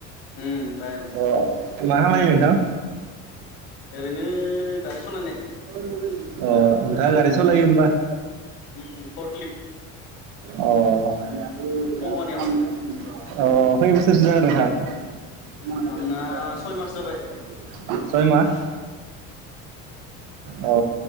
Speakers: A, on the left (about 85°); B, on the right (about 80°).
A: उम बायहेराव
B: अ मा? खामानि नोंथां?
A: ओरैनो गारि सलायनाय
B: अ नोंथाङा गारि सलायो होमबा? <unintelligible>
A: उम फरक्लिप
B: अ । <unintelligible>
A: कम्पानियाव
B: अ । खै बोसोरसो जाखो नोंथां? <unintelligible>
A: आंना सय मास जाबाय
B: सय माह । अ